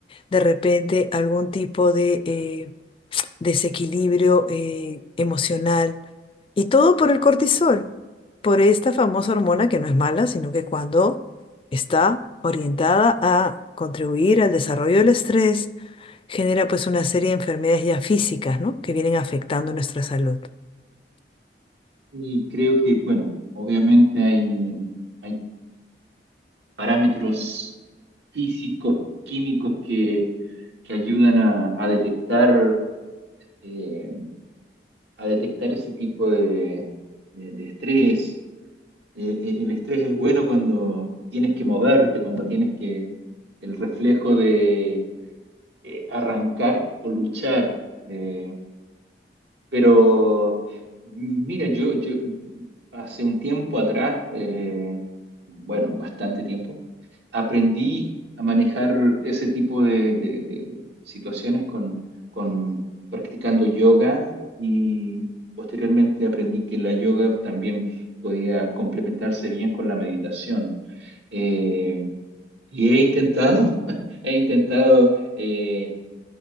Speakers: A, on the left; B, on the right.
A: de repente algún tipo de eh, desequilibrio eh, emocional. Y todo por el cortisol, por esta famosa hormona que no es mala, sino que cuando está orientada a contribuir al desarrollo del estrés, genera pues una serie de enfermedades ya físicas, ¿no? Que vienen afectando nuestra salud.
B: Y creo que, bueno, obviamente hay, hay parámetros físicos, químicos que, que ayudan a, a detectar, eh, a detectar ese tipo de, de de estrés Eh, eh, el estrés es bueno cuando tienes que moverte, cuando tienes que el reflejo de eh, arrancar o luchar. eh, pero mira, yo, yo hace un tiempo atrás, eh, bueno, bastante tiempo, aprendí a manejar ese tipo de, de- de- de situaciones con, con practicando yoga y posteriormente aprendí que la yoga también podía complementarse bien con la meditación. Eh, y he intentado, <laughs> he intentado eh,